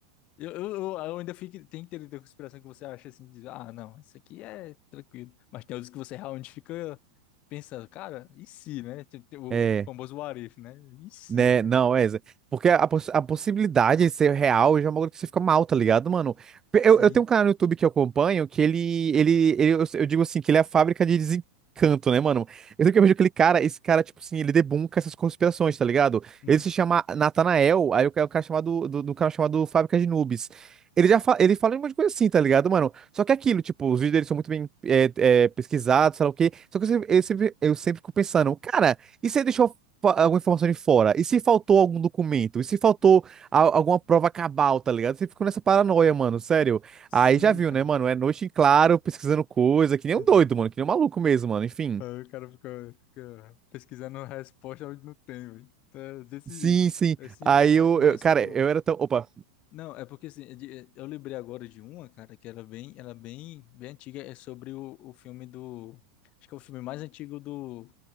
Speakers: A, on the left (about 45°); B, on the right (about 20°).
A: Eu, eu, eu eu ainda fico... Tem teoria da conspiração que você acha, assim, diz, ah, não, isso aqui é tranquilo. Mas tem outros que você realmente fica pensando, cara, e se, né? Tipo, tem O
B: É.
A: famoso what if, né? E se?
B: Né?
A: né?
B: Não, é. Porque a, poss- a possibilidade de ser real já é uma coisa que você fica mal, tá ligado, mano? Pe- Eu,
A: Sim.
B: eu tenho um canal no YouTube que eu acompanho que ele, ele, ele- eu, eu digo assim, que ele é a fábrica de desencanto, né, mano? Eu sempre que eu vejo aquele cara, esse cara, tipo assim, ele debunka essas conspirações, tá ligado?
A: Uhum.
B: Ele se chama Natanael, aí o cara, o cara chamado, do, do canal chamado Fábrica de Noobs. Ele já fa- ele fala um monte de coisa assim, tá ligado, mano? Só que é aquilo, tipo, os vídeos dele são muito bem é, é, pesquisados, sei lá o quê. Só que eu sempre, eu sempre, eu sempre fico pensando, cara. E você deixou fa- alguma informação de fora? E se faltou algum documento? E se faltou a- alguma prova cabal, tá ligado? Você ficou nessa paranoia, mano, sério.
A: Sim,
B: Aí já viu,
A: cara.
B: né, mano? É noite em claro, pesquisando coisa, que nem
A: <laughs>
B: um doido, mano, que nem um maluco mesmo, mano, enfim.
A: Aí o cara fica, fica pesquisando a resposta onde não tem, velho. Então, é desse
B: Sim,
A: jeito.
B: sim.
A: Assim,
B: Aí
A: eu- ma-
B: eu,
A: mas
B: eu- cara,
A: o
B: eu era tão. Opa.
A: não, é porque assim, é de- eu lembrei agora de uma, cara, que era bem, ela é bem, bem antiga, é sobre o, o filme do, acho que é o filme mais antigo do